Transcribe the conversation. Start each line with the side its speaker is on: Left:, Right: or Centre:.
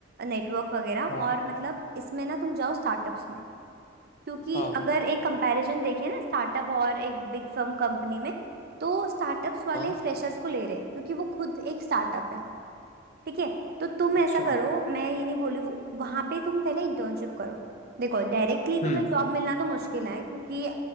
Right: नेटवर्क वगैरह और
Left: हाँ
Right: मतलब इसमें ना तुम जाओ स्टार्टअप्स में क्योंकि
Left: हाँ
Right: अगर एक कंपैरिजन देखें ना स्टार्टअप और एक बिग फर्म कंपनी में तो स्टार्टअप्स वाले
Left: हाँ
Right: फ्रेशर्स को ले रहे हैं क्योंकि वो खुद एक स्टार्टअप है ठीक है तो तुम
Left: अच्छा
Right: ऐसा करो मैं ये नहीं बोली वो वहां पे तुम पहले इंटर्नशिप करो देखो डायरेक्टली तुम्हें
Left: हम्म
Right: जॉब मिलना तो मुश्किल है क्योंकि